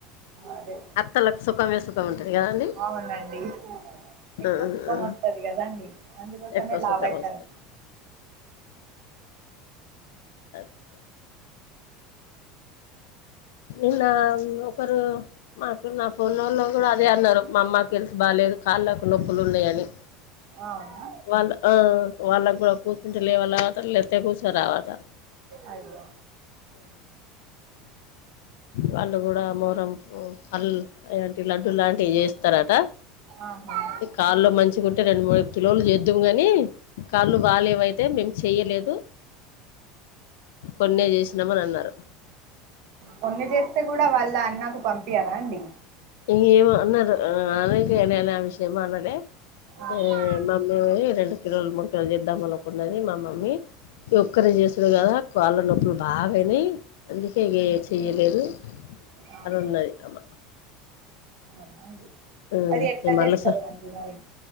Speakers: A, on the right; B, on the left.
A: అదే
B: అత్తలకు సుఖమే సుఖం ఉంటది కదండి
A: అవునండీ ఎక్కు
B: ఆ
A: చప్ప
B: ఆ
A: మస్త <unintelligible> వది కదండి అందుకోసమే
B: ఎక్కువ
A: లావు
B: సుఖం
A: అయితారు
B: వస్తాయి అచ్చా నిన్న ఒకరు మాకు నా ఫోన్ళ్ళలో <unintelligible> కూడా అదే అన్నారు మా అమ్మకి తెలిసి బాగాలేదు కాళ్ళకు నొప్పులు ఉన్నాయని
A: అవునా
B: వాళ్ళ ఆ వాళ్ళ కూడా కూర్చుంటే లే వాళత లే కుస రావాత <unintelligible>
A: అయ్యో
B: వాళ్ళు కూడా మోహారం పల్ ఇలాంటి లడ్డు లాంటివి చేస్తారట
A: ఆహా
B: కాళ్లు మంచిగ గుంటే రెండు మూడు కిలోలు చేద్దము కానీ కాళ్ళు బాగాలేేవైతే మేము చెయ్యలేదు కొన్నే చేసినమని అన్నారు
A: కొన్ని చేస్తే కూడా వాళ్ళ అన్నకు పంపియరా అండి
B: ఇ అన్నారు అందుక ఏనా <unintelligible> ఆ విషయం మాలేే
A: ఆహా
B: ఆ మమ్మీ రెండు కిలోలు ముడు కిలోలు చేద్దాం అనుకున్నది మమ్మీ మమ్మీ ఒక్కరే చేసుడు కదా కాళ్ళ నొప్పులు బాగా అయినాయి అందుకే ఇగ చెయ్యలేదు
A: ఆహా
B: అని ఉన్నది అమ్మ
A: అవునా అండి
B: ఆ
A: అది ఎట్లా
B: ని మలస
A: చేస్తారు అండి మరి